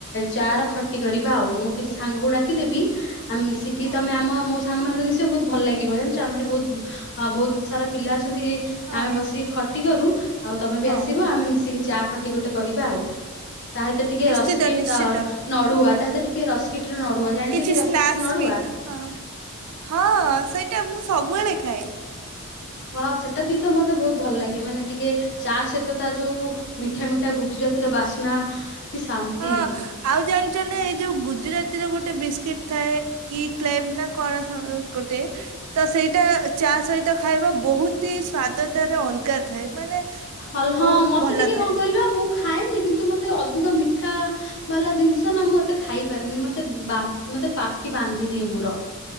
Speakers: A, on the left; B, on the right.
A: ଚା ର ଖଟି କରିବା ଆଉ ମୁଁ କିଛି ସାଙ୍ଗକୁ ଡାକିଦେବି ଆମେ ମିଶିକି
B: ହଁ
A: ତମେ ଆମ ମୋ ସାଙ୍ଗମାନଙ୍କ ସହିତ ମିଶିବ ବହୁତ ଭଲ ଲାଗିବ ଜାଣିଛ ଆମେ ଏଠି ବହୁତ ହଁ ବହୁତ ସାରା ପିଲା ଅଛନ୍ତି କି
B: ହଁ
A: ଆମେ ବସିକି ଖଟି କରୁ ଆଉ ତମେ ବି
B: ହଁ
A: ଆସିବ ଆମେ ମିଶିକି ଚା ଖଟି ଗୋଟେ କରିବା ଆଉ ତା ସହିତ ଟିକେ
B: ନିଶ୍ଚିତ
A: ରସ୍କିଟ
B: ନିଶ୍ଚିତ
A: ନଡୁଆ ତାସହିତ ଟିକେ ରସ୍କିଟ ରେ ନଡୁଆ
B: ହଁ
A: ଜାଣିଛନ୍ତି
B: କିଛି ସ୍ନାକ୍ସ
A: ରସ୍କିଟ ରେ ନଡୁଆ?
B: ବି ହଁ ହଁ ସେଇଟା ମୁଁ ସବୁବେଳେ ଖାଏ।
A: ୱାଓ ସେ ଟା ବି ତ ମତେ ବହୁତ ଭଲ ଲାଗେ। ମାନେ ଟିକେ ଚା ସହିତ ତା ଯୋଉ ମିଠା ମିଠା ଗୁଜୁରାତିର ବାସ୍ନା କି ଶାନ୍ତି
B: ହଁ ଆଉ ଜାଣିଛନ୍ତି ନା ଏଇ ଯୋଉ ଗୁଜୁରାତି ତିର ଗୋଟେ ବିସ୍କିଟ ଥାଏ। ଇ ଟାଇମ୍ ନା କଣ ଗୋଟେ ତ ସେଇଟା ଚା ସହିତ ଖାଇବା ବହୁତ ହି ସ୍ଵାଦ ତାର ଅଲଗା ଥାଏ ମାନେ
A: ଅଲ ହଁ
B: ବହୁତ
A: ମତେ
B: ଭଲ
A: ଟିକେ କଣ
B: ଥାଏ
A: କହିଲ ମୁଁ ଖାଏନି କିନ୍ତୁ କିନ୍ତୁ ମତେ ଅଧିକ ମିଠା ବାଲା ଜିନିଷ ନା ମୁଁ ଏତେ ଖାଇପାରିନି। ମତେ ବା ମତେ ପାଟି ବାନ୍ଧିଦିଏ ମୋର।